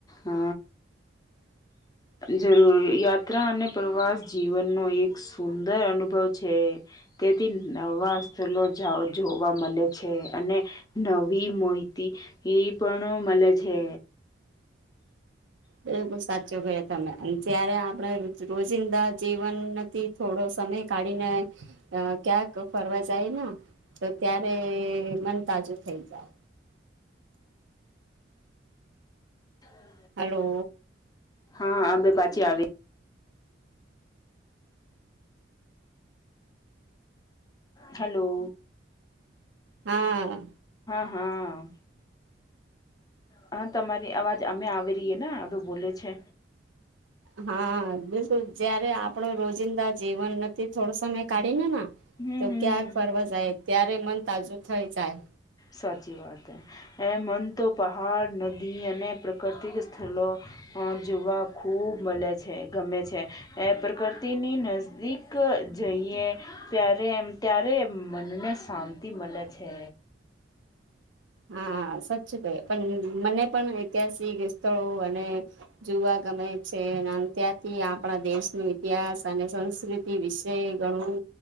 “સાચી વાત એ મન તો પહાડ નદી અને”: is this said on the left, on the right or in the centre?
Left